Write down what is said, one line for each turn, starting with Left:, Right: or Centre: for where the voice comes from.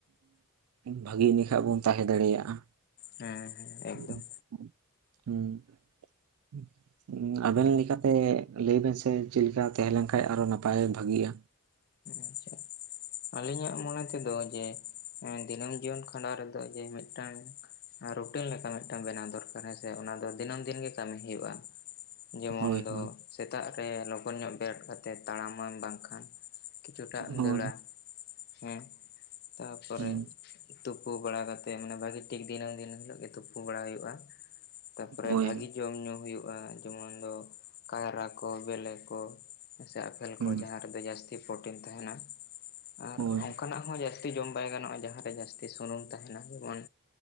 Right: ᱵᱷᱟᱜᱤ ᱤᱱᱟᱹ ᱠᱷᱟᱡ ᱵᱚᱱ ᱛᱟᱦᱮᱸ ᱫᱟᱲᱮᱭᱟᱜᱼᱟ᱾
Left: ᱦᱮᱸ
Right: <unintelligible>
Left: ᱦᱮᱸ ᱮᱠᱫᱚᱢ
Right: ᱟᱵᱮᱱ ᱞᱮᱠᱟᱛᱮ ᱞᱟᱹᱭᱵᱮᱱ ᱥᱮ ᱪᱮᱫ ᱞᱮᱠᱟ ᱛᱟᱦᱮᱸ ᱞᱮᱱᱠᱷᱟᱱ ᱟᱨᱚ ᱱᱟᱯᱟᱭ ᱵᱷᱟᱜᱤᱜᱼᱟ?
Left: ᱟᱪᱪᱷᱟ ᱟᱹᱞᱤᱧᱟᱜ ᱢᱚᱱᱮ ᱛᱮᱫᱚ ᱡᱮ ᱫᱤᱱᱟᱹᱢ ᱡᱤᱭᱚᱱ ᱠᱷᱟᱸᱰᱟᱣ ᱨᱮᱫᱚ ᱡᱮ ᱢᱤᱫᱴᱟᱝ ᱟᱨ ᱨᱩᱴᱤᱱ ᱞᱮᱠᱟ ᱢᱤᱫᱴᱟᱝ ᱵᱮᱱᱟᱣ ᱫᱚᱨ ᱠᱟᱨᱟ ᱥᱮ ᱚᱱᱟ ᱫᱚ ᱫᱤᱱᱟᱹᱢ ᱫᱤᱱ ᱜᱮ ᱠᱟᱹᱢᱤ ᱦᱩᱭᱩᱜᱼᱟ ᱡᱮᱢᱚᱱ
Right: ᱦᱳᱭ
Left: ᱫᱚ
Right: ᱦᱳᱭ
Left: ᱥᱮᱛᱟᱜ ᱨᱮ ᱞᱚᱜᱚᱱ ᱧᱚᱜ ᱵᱮᱨᱮᱫ ᱠᱟᱛᱮᱫ ᱛᱟᱲᱟᱢᱟᱢ ᱵᱟᱝᱠᱷᱟᱱ ᱠᱤᱪᱷᱩᱴᱟᱜ
Right: ᱦᱳᱭ
Left: ᱫᱟᱹᱲᱟ, ᱦᱩᱸ ᱛᱟᱯᱚᱨᱮ
Right: ᱦᱩᱸ
Left: ᱛᱩᱯᱩ ᱵᱟᱲᱟ ᱠᱟᱛᱮᱫ ᱢᱟᱱᱮ ᱵᱷᱟᱹᱜᱤ ᱴᱷᱤᱠ ᱫᱤᱱᱟᱹᱢ ᱫᱤᱱ ᱦᱤᱞᱳᱜ ᱜᱮ ᱛᱩᱯᱩ ᱵᱟᱲᱟ ᱦᱩᱭᱩᱜᱼᱟ᱾ ᱛᱟᱨᱯᱚᱨᱮ
Right: ᱦᱳᱭ
Left: ᱵᱷᱟᱹᱜᱤ ᱡᱚᱢᱼ ᱧᱩ ᱦᱩᱭᱩᱜᱼᱟ ᱡᱮᱢᱚᱱ ᱫᱚ ᱠᱟᱭᱨᱟ ᱠᱚ ᱵᱮᱞᱮ ᱠᱚ, ᱥᱮ ᱟᱯᱮᱞ
Right: ᱦᱩᱸ
Left: ᱠᱚ, ᱡᱟᱦᱟᱸ ᱨᱮᱫᱚ ᱡᱟᱹᱥᱛᱤ ᱯᱨᱳᱚᱴᱤᱱ ᱛᱟᱦᱮᱱᱟ᱾ ᱟᱨ
Right: ᱦᱳᱭ
Left: ᱚᱱᱠᱟᱱᱟᱜ ᱦᱚᱸ ᱡᱟᱹᱥᱛᱤ ᱡᱚᱢ ᱵᱟᱭ ᱜᱟᱱᱚᱜᱼᱟ ᱡᱟᱦᱟᱸᱨᱮ ᱡᱟᱹᱥᱛᱤ ᱥᱩᱱᱩᱢ ᱛᱟᱦᱮᱱᱟ᱾ ᱡᱮᱢᱚᱱ